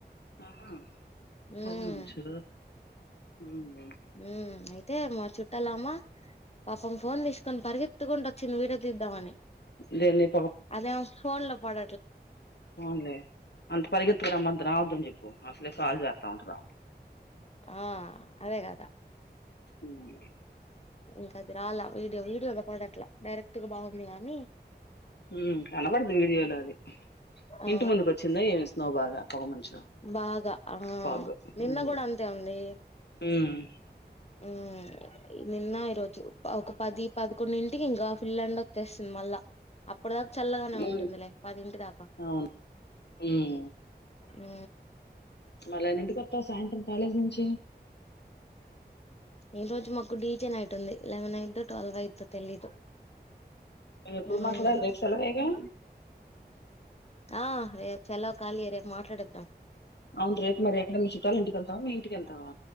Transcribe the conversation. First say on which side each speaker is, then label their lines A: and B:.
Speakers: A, on the left; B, on the left.
A: అహా పొగ
B: ఉమ్
A: మంచూ ఊ
B: ఊమ్ ఐ తే మా చుట్టాలామా పాపం ఫోన్ తీసుకొని పరిగెత్తుకుంటూ వచ్చింది వీడియో తీద్దామని.
A: దేన్ని
B: అదేమో ఫోన్ లో పడ
A: పోన్లే అంత పరిగెత్తుకురమద్దు రావద్దు అని చెప్ ట్లే కాల్ జారుతా ఉంటద
B: ఆ అదే గదా
A: ఉమ్,
B: ఇంకా అది రాలా వీడియో వీడియోలో పడట్లా డైరెక్ట్ గా బాగుంది గానీ
A: ఊమ్ కనపడుదు వీడియోలో అది,
B: ఆ
A: ఇంటి ముందుకు వచ్చిందా ఏమి స్నో బాగా పొగ మంచు.
B: బాగ ఆ
A: ఫాగ్
B: నిన్న
A: ఉమ్
B: కూడా అంతే ఉందీ
A: ఉమ్,
B: ఊమ్ <unintelligible> నిన్న ఈరోజు ప ఒక పది పదకొండింటికి ఇంకా ఫుల్ ఎండ వచ్చేస్తుంది మళ్ళా అ. అప్పడిదాక్ చల్లగనే
A: ఉమ్,
B: ఉంటుందిలే పదింటి దాకా.
A: అవును ఉమ్
B: ఊ
A: అలా ఎన్నింటికి ఒత్తవ్ సాయంత్రం కాలేజ్ నుంచి
B: ఈ రోజు మాకు డీజే నైట్ ఉంది, లెవెన్ అయిద్, దో ట్వెల్వ్ అయిద్దో తెలీదు.
A: నువ్ ఎప్పుడు
B: మ్మ్
A: మాట్లాడాలి రేపు సెలవేగా
B: ఆ రేప్ సెలవ్ ఖాలీయే రేప్ మాట్లాడేద్దాం
A: అవును రేపు మరి ఎక్కడ మీ చుట్టాలు ఇంటికెళ్తావా, మీ ఇంటికెళ్తావా,